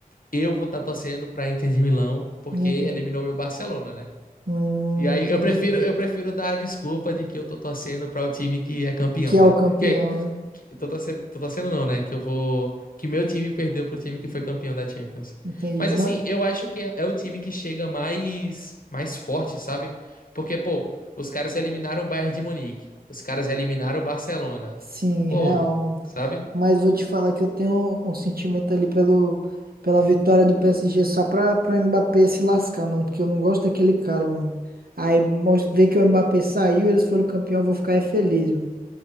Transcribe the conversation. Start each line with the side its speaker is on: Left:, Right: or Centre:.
Left: eu vou estar torcendo pra Inter de Milão, porque
Right: Inter.
Left: eliminou meu Barcelona, né?
Right: Hum,
Left: E aí
Right: entendi.
Left: eu prefiro, eu prefiro dar a desculpa de que eu tô torcendo para o time que é campeão,
Right: Que é
Left: né?
Right: o campeão,
Left: Que aí,
Right: né?
Left: que, tô torcendo, tô torcendo não, né? Que eu vou, que meu time perdeu pro time que foi campeão da Champions.
Right: Entendi.
Left: Mas
Right: Ma-
Left: assim, eu acho que é, é o time que chega mais mais forte, sabe? Porque, pô, os caras eliminaram o Bayern de Munique, os caras eliminaram o Barcelona.
Right: Sim,
Left: Pô,
Right: real, mano.
Left: sabe?
Right: Mas vou te falar que eu tenho um, um sentimento ali pelo, pela vitória do PSG só pra, pra Mbappé se lascar, mano. Porque eu não gosto daquele cara, mano. Aí mos- ver que o Mbappé saiu e eles foram campeão, eu vou ficar é feliz, mano.